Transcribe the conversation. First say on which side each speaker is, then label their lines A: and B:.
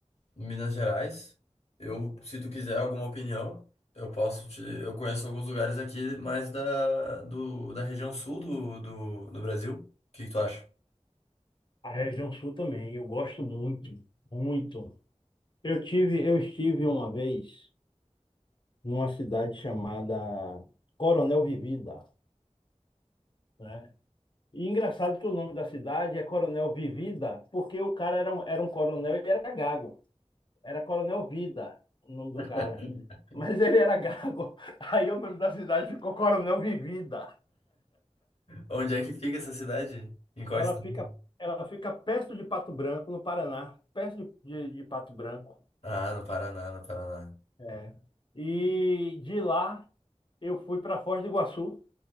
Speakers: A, on the left (about 60°); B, on the left (about 45°).
A: Em Minas Gerais. Eu, se tu quiser alguma opinião, eu posso te. Eu conheço alguns lugares aqui mais da, do, da região sul do, do, do Brasil. O que que tu acha?
B: A região sul também, eu gosto muito, muito. Eu tive, eu estive uma vez numa cidade chamada Coronel Vivida, né? E engraçado que o nome da cidade é Coronel Vivida, porque o cara era um, era um coronel e era gago. Era Coronel Vida, o nome do
A: <laughs>
B: cara. Mas ele era gago. <laughs> Aí o nome da cidade ficou Coronel Vivida.
A: Onde é que fica essa cidade? Em qual
B: Ela
A: estado?
B: fica, ela fica perto de Pato Branco, no Paraná, perto de, de, de Pato Branco.
A: Ah, no Paraná, no Paraná.
B: É. E de lá eu fui para Foz do Iguaçu